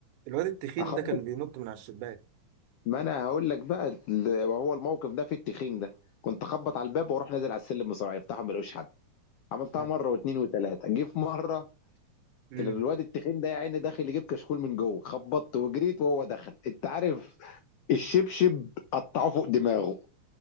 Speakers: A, on the right; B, on the left.
A: الواد التخين
B: اخبط
A: ده كان بينط من على الشباك
B: ما انا هقول لك بقى ال- وهو الموقف ده في التخين ده كنت اخبط على الباب واروح نازل على السلم بسرعه يفتحوا ما يلاقوش حد عملتها
A: ده
B: مره واثنين وثلاثه جه في مره
A: امم
B: الواد التخين ده يا عيني داخل يجيب كشكول من جوه خبطت وجريت وهو دخل انت عارف الشبشب قطعوه فوق دماغه